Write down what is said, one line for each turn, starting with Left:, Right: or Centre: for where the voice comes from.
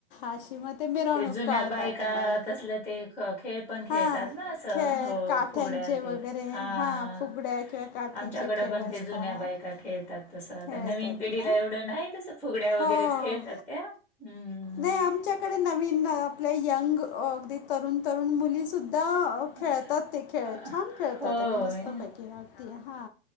Left: अशी मग मिरवणूक
Centre: ते जुन्या
Left: काढतात
Centre: बायका
Left: मग
Centre: तसलं ते -खेळ- पण खेळतात
Left: हां
Centre: ना असं
Left: खेळ
Centre: हो
Left: काठ्यांचे
Centre: फुगड्या ते
Left: वगैरे
Centre: हा.
Left: हां फुगड्या किंवा काठीचे
Centre: आमच्याकडं
Left: खेळ
Centre: पण
Left: असतात
Centre: ते जुन्या बायका खेळतात. तसं आता
Left: खेळतात
Centre: नवीन पिढीला
Left: ना
Centre: एवढं नाही तसं फुगड्या वगैरेच-
Left: हो
Centre: खेळतात त्या हम्म.
Left: नाही आमच्याकडे -नवीन आपल्या यंग अगदी- तरुण तरुण मुली सुद्धा
Centre: अ
Left: खेळतात. ते खेळ
Centre: अ,
Left: छान खेळतात.
Centre: होय.
Left: आणि मस्त! पैकी - हा.